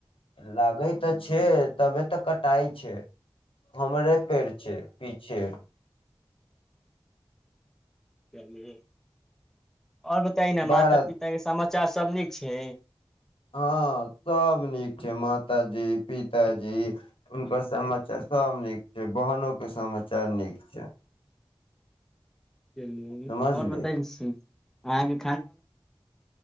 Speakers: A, on the left; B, in the centre.
A: लागै तऽ छै तबे तऽ कटाइ छै हमरे पेड़ छै पीछे
B: चलिय और बताय न माता
A: बड़ा
B: पिता के सम च्चा सब नीक छै
A: हँ सब नीक छै माताजी पिताजी हुनकर समाचार सब नीक जे बहनो के समा चार नीक छै
B: चलिय
A: समझली
B: आओर बताय अहाँकें